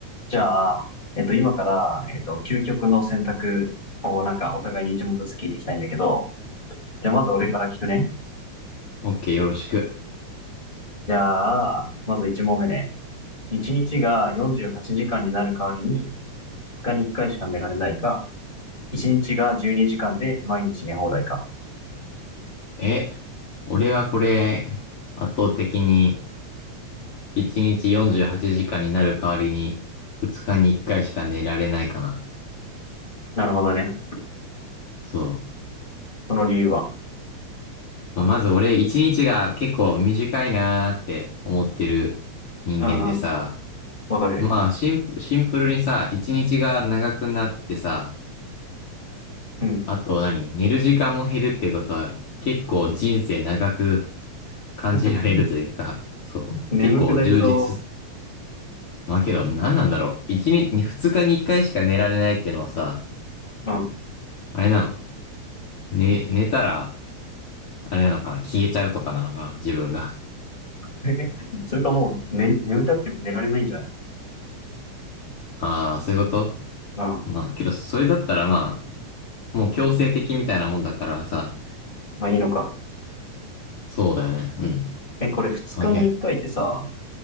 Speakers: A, on the left; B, on the left.
A: じゃあ、えっと、今から、えっと、究極の選択をなんかお互いに一問ずつ聞いていきたいんだけど、じゃあまず俺から聞くね。
B: ん OK、よろしく。
A: じゃあ、まず一問目ね。一日が48時間になる代わりに、二日に一回しか寝られないか、一日が12時間で毎日寝放題か。
B: え、俺はこれ、圧倒的に1日48時間になる代わりに、2日に1回しか寝られないかな。
A: なるほどね。
B: そう。
A: この理由は。
B: まあ、まず俺、1日が結構短いなーって思ってる人間でさ、
A: うんうん。わかる。
B: まあ、シンプ、シンプルにさ、1日が長くなってさ、
A: うん。
B: あと何寝る時間も減るってことは、結構人生長く感じられるというか、
A: <laughs>
B: そう。
A: 眠くなりそ
B: 結構充実まあけど、何なんだろう。一日、二日に一回しか寝られないってのはさ、
A: う。うん。
B: あれなの。寝、寝たら、あれなのかな、消えちゃうとかなのかな、自分が。
A: <laughs> それかもう、ね、眠たくても寝られないんじゃない
B: ああ、そういうこと
A: うん。
B: まあけど、それだったらまあ、もう強制的みたいなもんだからさ、
A: まあいいのか。
B: そうだよね。うん。
A: え、これ二日に一回ってさ、
B: まあ、ぎゃ、